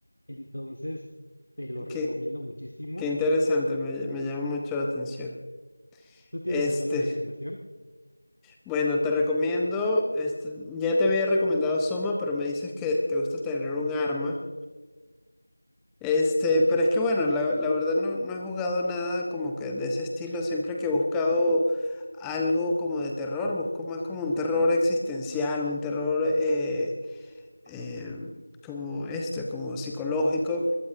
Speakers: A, on the left (about 85°); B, in the centre.
A: Entonces, te lo recomiendo
B: Qué,
A: muchísimo.
B: qué interesante, me, me llama mucho la atención.
A: ¿Tú tienes
B: Este,
A: alguna recomendación?
B: bueno, te recomiendo, este, ya te había recomendado Soma, pero me dices que te gusta tener un arma. Este, pero es que bueno, la, la verdad no, no he jugado nada como que de ese estilo. Siempre que he buscado algo como de terror, busco más como un terror existencial, un terror eh, eh,
A: Ajá.
B: como este, como psicológico.